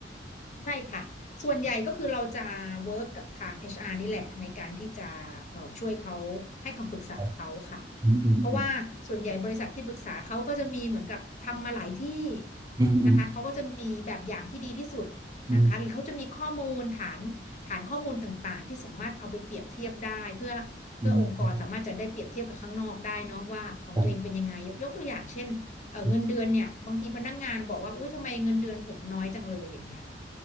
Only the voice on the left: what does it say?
ใช่ค่ะส่วนใหญ่ก็คือเราจะเวิร์กกับทาง HR นี่แหละในการที่จะเอ่อช่วยเขาให้คำปรึกษาเขาค่ะ
เพราะว่าส่วนใหญ่บริษัทที่ปรึกษาเขาก็จะมีเหมือนกับทำมาหลายที่
นะคะเขาก็จะมีแบบอย่างที่ดีที่สุด
นะคะหรือเขาจะมีข้อมูลฐานฐานข้อมูลต่างๆที่สามารถเอาไปเปรียบเทียบได้เพื่อเพื่อองค์กรสามารถจะได้เปรียบเทียบกับข้างนอกได้เนาะว่าของตัวเองเป็นยังไงยกยกตัวอย่างเช่น
เอ่อเงินเดือนเนี่ยบางทีพนักงานบอกว่าอุ้ยทำไมเงินเดือนผมน้อยจังเลยอย่างเงี้ย